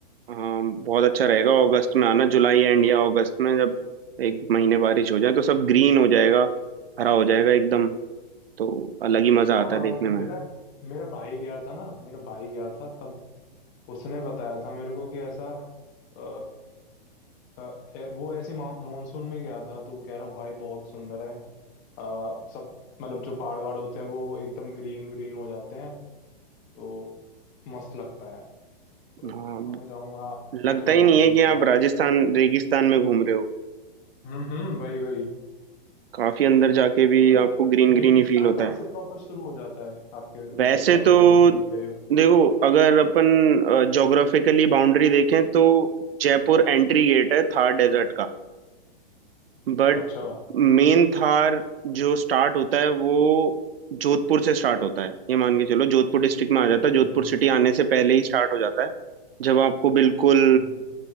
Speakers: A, on the right; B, on the left.
A: हाँ बहुत अच्छा रहेगा अगस्त में आना जुलाई एंड या अगस्त में जब एक महीने बारिश हो जाए तो सब ग्रीन हो जाएगा हरा हो जाएगा एकदम तो अलग ही मजा
B: हाँ
A: आता है देखने में
B: मेरा मेरा भाई गया था ना मेरा भाई गया था तब उसने बताया था मेरे को कि ऐसा अ, अ, ए- वो ऐसे मानसून में गया था तो वो कह रहा भाई बहुत सुंदर है अ, सब मतलब जो पहाड़ वहाड़ होते हैं वो एकदम ग्रीन ग्रीन हो जाते हैं तो मस्त लगता है तो
A: हाँ
B: हाँ मैं जाऊंगा सोच
A: लगता
B: रहा
A: ही
B: हूँ
A: नहीं
B: आने
A: है
B: की
A: कि
B: इस बार
A: आप राजस्थान रेगिस्तान में घूम रहे हो
B: हम्म हम्म वही वही
A: काफी अंदर जाके भी
B: तो मतलब
A: आपको ग्रीन ग्रीन
B: रेगिस्तान
A: ही फील होता
B: कहाँ
A: है
B: से प्रॉपर शुरू हो जाता है आपके मतलब
A: वैसे
B: आपने
A: तो
B: अगर देख गए हो
A: देखो अगर अपन ज्योग्राफिकली बाउंड्री देखें तो जयपुर एंट्री गेट है थार डेजर्ट का बट
B: अच्छा
A: मेन थार जो स्टार्ट होता है वो जोधपुर से स्टार्ट होता है ये मान के चलो जोधपुर डिस्ट्रिक्ट में आ जाता है
B: हम्म
A: जोधपुर सिटी आने से पहले ही स्टार्ट हो जाता है जब आपको बिल्कुल
B: हम्म